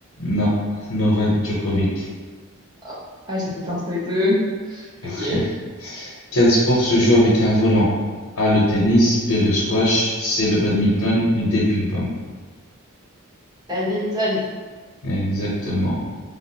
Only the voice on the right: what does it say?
Ah, Ah, j'hésite entre les deux.
Ok.
Badminton,